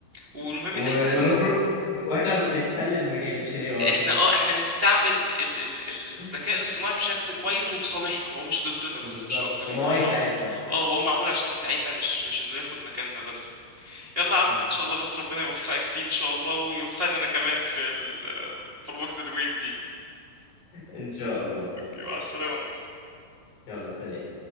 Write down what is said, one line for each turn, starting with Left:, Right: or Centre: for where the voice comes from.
Right: والمهم
Left: وما
Right: ان احنا
Left: نخرج
Right: نست...
Left: واحنا بنحتل المجال مش الاي اي
Right: احنا اه احنا نستعمل ال... ال... الذكاء
Left: <laughs>
Right: الاصطناعي بشكل كويس وفي صالحنا هو مش ضدنا بس
Left: بالظبط
Right: مش اكتر
Left: فما
Right: يعني
Left: هو
Right: هو
Left: يساعدنا
Right: معمول اه هو معمول عشان يساعدنا مش مش انه ياخد مكاننا بس يلا يا عم
Left: <laughs>
Right: ان شاء الله بس ربنا يوفقك فيه ان شاء الله ويوفقنا انا كمان في ال- برمجة الويب دي
Left: ان شاء الله
Right: مع السلامة ناصر
Left: يلا سلام